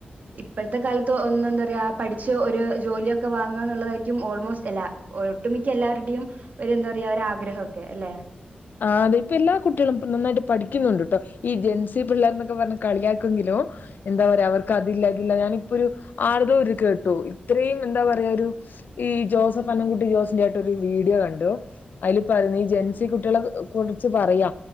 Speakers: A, on the right (about 55°); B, on the left (about 70°).
A: ഇപ്പോഴത്തെ കാലത്ത് ഒന്ന്എന്താ റയാ പഠിച്ച് ഒരു ജോലിയൊക്കെ വാങ്ങാ എന്നുള്ളതായിരിക്കും ഓൾമോസ്റ്റ് എല്ല ഒട്ടുമിക്ക എല്ലാവരുടെയും ഒരു എന്താ പറയാ ഒരു ആഗ്രഹംക്കെ അല്ലെ
B: ആഹ് അതെ ഇപ്പം എല്ലാ കുട്ടികളും ഇപ്പം നന്നായിട്ട് പഠിക്കുന്നുണ്ട് കേട്ടോ ഈ ജെൻസി പിള്ളേർ എന്നൊക്കെ പറഞ്ഞ് കളിയാക്കെങ്കിലും എന്താ പറയാ അവർക്ക് അതില്ലതില്ല ഞാനിപ്പൊ ഒരു ആർതര് കേട്ടു ഇത്രയും എന്താ പറയാ ഒരു ഈ ജോസഫ് പന്നകുട്ടി ജോസിന്റെ ആയിട്ടൊ ഒരു വീഡിയോ കണ്ടു അതിൽ പറയുന്ന ഈ ജെൻസിട്ട കുട്ടികളെ കുറിച്ച് പറയാ